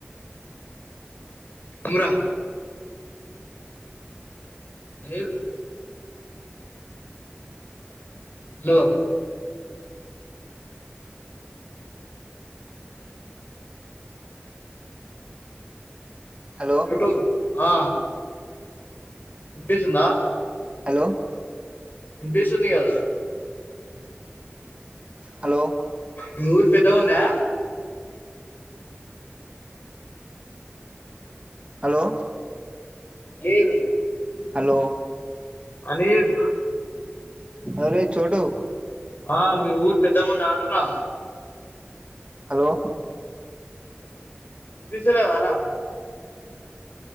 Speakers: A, on the left (about 50°); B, on the right (about 25°).
A: అమ్మురా అనిల్ హలో
B: హలో
A: టు ఆ వినిపిస్తుందా
B: హలో
A: వినిపిస్తుంది కదా
B: హలో
A: మీ ఊరు పెద్దగుందా
B: హలో
A: నీరు
B: హలో
A: అనిల్
B: అరేయ్ చోటు
A: ఆ మీ ఊరు పెద్దగా ఉందా అంటున్నా
B: హలో
A: వినిపిస్తా లేదారా